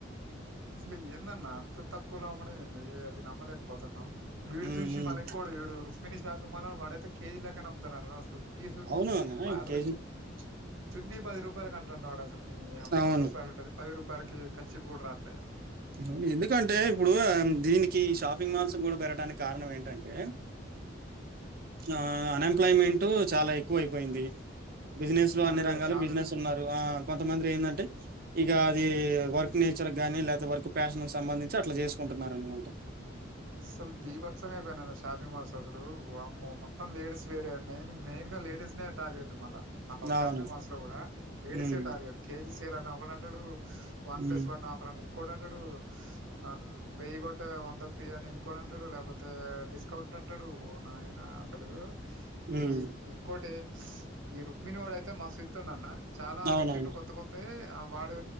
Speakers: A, on the right; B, on the right.
A: అసలు ఏందన్నా అంత తక్కువలో అమ్మడం ఏంది అది నమ్మలేకపోతున్నాము వీడ్
B: హ్మ్.
A: జూషి
B: హ్మ్.
A: మల్కోడు ఏడురుఫ్ మీ <unintelligible> తు మల వాడైతే కేజీలెక్కన అమ్ముతున్నాడనా అసలు పీసు
B: అవును అన్న
A: పార్సలొచ్చె
B: కేజీ
A: చున్నీ పది రూపాయల కంటాండాడస ఓర్ నీ యమ్మ
B: అవును.
A: వంద రూపాయలుంటది పది రూపా పర్ కే <unintelligible> చిప్పుకుడ రాట్లే
B: వు ఎందుకంటే ఇప్పుడు దీని కి షాపింగ్ మాల్స్ కూడా పెరడానికి కారణం ఏంటంటే ఆ అన్ఎంప్లాయ్మెంట్ టు చాలా ఎక్కువ అయిపోయింది బిజినెస్ లో అన్ని
A: అదే
B: రంగాలు
A: షాపింగ్
B: బిజినెస్ ఉన్నారు ఆ కొంతమంది ఏంటంటే ఇక అది వర్క్ నేచర్ కాగానీ లేపోతే వర్క్ ప్యాషన్ సంబంధించి అట్లా చేసుకుంటున్నారు అనమాట
A: అసలు భీభచ్చంగా అయిపోయినయ్ షాపింగ్ మాల్స్ అసలు వామ్మో మొత్తం లేడీస్ వేరే మెయిన్ మెయిన్ గా లేడీస్ నే టార్గెట్ మళ్ళా షాపింగ్
B: అవును.
A: మాల్స్ లో కూడా లేడీసే
B: హ్మ్.
A: టార్గెట్ కేజి అని ఒకడంటాడు వన్
B: హ్మ్.
A: ప్లస్ వన్ ఆఫరని కోడంటడు ఆ వెయ్యి కొంటే వంద ఫ్రీ అని ఇంకోడం పాడు లేకపోతే డిస్కౌంట్ <unintelligible> ట్ అంటాడు పో నాయన అసలు
B: హ్మ్.
A: ఈ ఇంకోటి ఈ రుక్మిణి ఓడయితే మాసు ఇతుండన్న చాలా
B: అవునవును.
A: పెట్టిండు కొత్త కొత్తయి వాడు